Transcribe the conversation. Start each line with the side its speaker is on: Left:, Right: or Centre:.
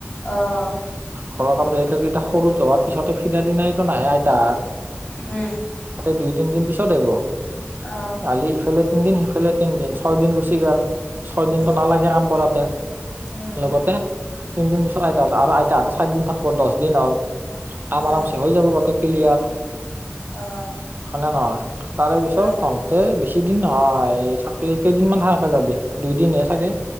Left: অহ
Right: ঘৰৰ কাম <unintelligible> সৰু যোৱাৰ পিছতে ফিৰাৰ দিনাইটো নাহে আইতাত
Left: উম,
Right: দুই তিনদিন পিছত আহৈব
Left: অ
Right: আলি ইফালে তিনদিন সিফালে তিনদিন ছয় দিন গুচি গেল। ছয় দিনটো
Left: উম
Right: নালাগে কাম কৰাতে
Left: উম
Right: লগতে। তিনদিন পিছতেই আৰু আইতাহঁতে চাৰিদিন থাকিব দহ দিন হ'ল। কাম
Left: উম
Right: আৰামছে হৈ যাব বাকী কিলিয়াৰ।
Left: অ
Right: হয়নে নহয় তাৰে পিছত
Left: হয়
Right: তহতে তিন দিন নহয় থাকলে কেইদিনমান থাকাকে যাবি দুইদিনহে চাগে।